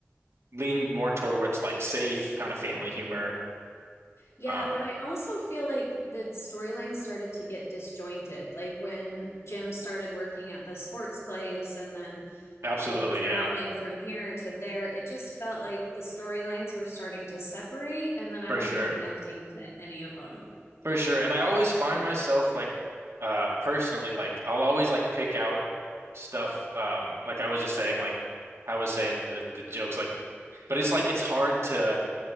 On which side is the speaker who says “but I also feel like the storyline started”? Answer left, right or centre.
Left